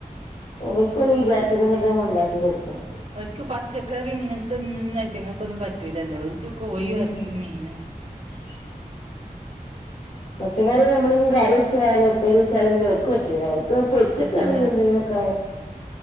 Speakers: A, on the left (about 60°); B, on the right (about 45°).
A: അവർക്ക് ഒരു വിചാരിച്ചത നമ്മൾ ഉണ്ടാക്കി കൊടുക്കണം
B: ഒലക്ക് പച്ചക്കറിയും ഇങ്ങനത്തെ ഒന്നുംായിട്ടങ്ങൾക്കൊന്നും പറ്റൂലല്ലോ ഒലക്ക് കോഴി
A: ഉം
B: ഇറച്ചും മീനും
A: <inaudible> പച്ചക്കറി നമ്മള കറി വെച്ചാലോ ഉപ്പേരി വെച്ചാലോന്നും അവർക്ക് പറ്റൂല അവർക്ക് പൊരിച്ചൊക്കെ
B: പറ്റൂല
A: ആണെങ്കിൽ എന്തെങ്കിലും